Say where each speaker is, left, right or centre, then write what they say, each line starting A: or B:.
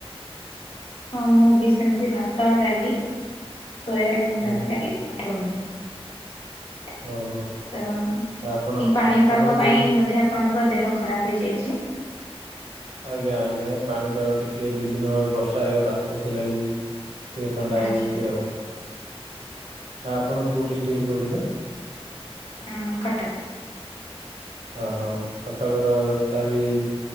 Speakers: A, on the left; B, on the right.
A: ହଁ ମୁଁ ବି ସେମିତି ଭାତ, ଡାଲି, ସୋୟାବିନ୍
B: ହୁଁ
A: ତରକାରୀ। ଶାଗ ଭଜା ତ।
B: ଓହୋ ଆପଣ
A: ଏଇ ପାଣିପାଗ
B: ଆପଣ କୋଉଠି
A: ପାଇଁ ବୋଧେ ଆପଣଙ୍କ ଦେହ ଖରାପ ହେଇଯାଇଛି।
B: <inaudible> ଆଜ୍ଞା ଆଜ୍ଞା ଏ ପାଣିପାଗ ଟିକେ ଦି ଦିନ ବର୍ଷା ହେଇଗଲା ସେଥିନାଗି। ଟିକି ଥଣ୍ଡା ହେଇଯାଇଛି
A: ଆଚ୍ଛା
B: ଆଉ। ଆପଣ କୋଉ ଡିଷ୍ଟ୍ରିକ୍ଟରୁ କହୁଥିଲେ?
A: ମୁଁ କଟକ।
B: ଓହୋ କଟକର ତଥା ବିି